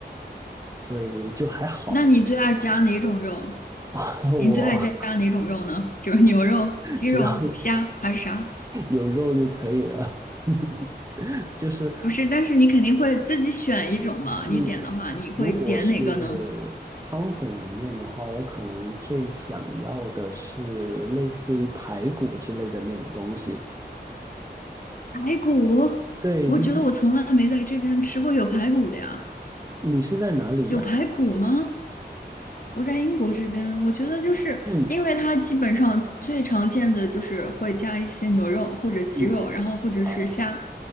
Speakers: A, on the right; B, on the left.
A: 所以就还好，
B: 那你最爱加哪种肉？
A: <laughs>
B: 你最爱加哪种肉呢？
A: 我
B: 就是牛肉、鸡肉、
A: 只要
B: 虾还是啥？
A: 有肉就可以了。<laughs> 就是
B: 不是，但是你肯定会自己选一种嘛。
A: 嗯，
B: 你点的话，你会点哪个呢？
A: 如果是汤粉里面的话，我可能最想要的是类似于排骨之类的那种东西。
B: 排骨，
A: 对，
B: 我觉得我从来没在这边吃过有排骨的呀。
A: 就是你是在哪里呀？
B: 有排骨吗？我在英国这边，我觉得就是因为它基本上最常见的就是会加一些牛肉或者鸡肉，
A: 嗯嗯，
B: 然后或者是虾。
A: 啊，